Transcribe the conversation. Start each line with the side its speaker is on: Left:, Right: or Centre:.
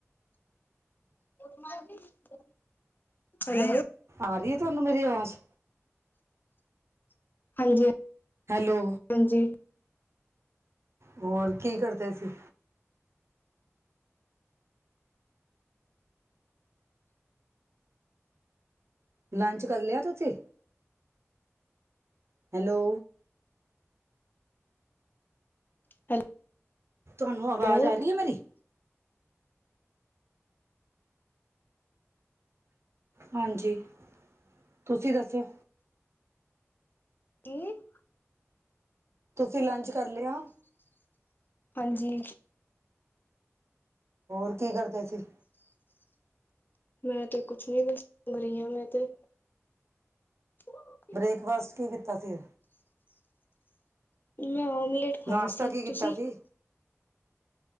Left: <unintelligible> ਹੈਲੋ
Right: ਆਰੀ ਏ ਤਆਨੂੰ ਮੇਰੀ ਅਵਾਜ।
Left: ਹਾਂਜੀ।
Right: ਹੈਲੋ।
Left: ਹਾਂਜੀ।
Right: ਹੋਰ ਕੀ ਕਰਦੇ ਸੀ। ਲੰਚ ਕਰ ਲੇਆ ਤੁਸੀ, ਹੈਲੋ
Left: <inaudible>
Right: ਤਆਨੂੰ
Left: ਹੈਲੋ
Right: ਆਵਾਜ ਆਰੀ ਐ ਮੇਰੀ। ਹਾਂਜੀ, ਤੁਸੀਂ ਦੱਸੋ
Left: ਕੀ?
Right: ਤੂਸੀ ਲੰਚ ਕਰ ਲੇਆ?
Left: ਹਾਂਜੀ।
Right: ਹੋਰ, ਕੀ ਕਰਦੇ ਸੀ?
Left: ਮੈਂ ਤੇ ਕੁੱਛ ਨੀ ਬਸ, ਘਰ ਈ ਆਂ ਮੈਂ ਤੇ। <inaudible>
Right: ਬ੍ਰੇਕਫਾਸਟ ਕੀ ਕੀਤਾ ਸੀ?
Left: ਮੈਂ ਓਮਲੇਟ ਖਾਏਆ
Right: ਨਾਸ਼ਤਾ
Left: ਸੀ,
Right: ਕੀ ਕੀਤਾ
Left: ਤੂਸੀ?
Right: ਸੀ